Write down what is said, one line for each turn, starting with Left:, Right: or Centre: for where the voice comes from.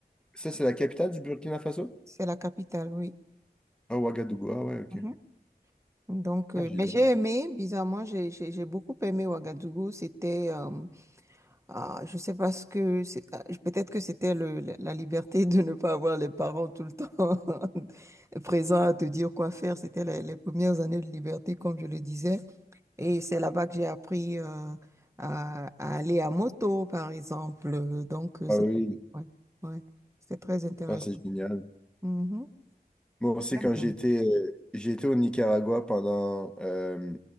Centre: Ça, c'est la capitale du Burkina Faso?
Right: C'est la capitale, oui.
Centre: Ah, Ouagadougou. Ah ouais, ok.
Right: Mhm. Donc, euh,
Centre: Ah, génial.
Right: mais j'ai aimé, bizarrement, j'ai j'ai- j'ai beaucoup aimé Ouagadougou. C'était euh, Ah, je sais pas ce que c'est. ah, je- Peut-être que c'était le, la la liberté de ne pas avoir les parents tout le temps <laughs> présents à te dire quoi faire. C'était les, les premières années de liberté, comme je le disais. Et c'est là-bas que j'ai appris euh, à, à aller à moto, par exemple. Donc, euh,
Centre: Ah
Right: c'est
Centre: oui.
Right: ouais, ouais, c'était très intéressant.
Centre: Ah, c'est génial.
Right: Mhm,
Centre: Moi aussi,
Right: Mm.
Centre: quand j'ai été, euh, j'ai été au Nicaragua pendant euh,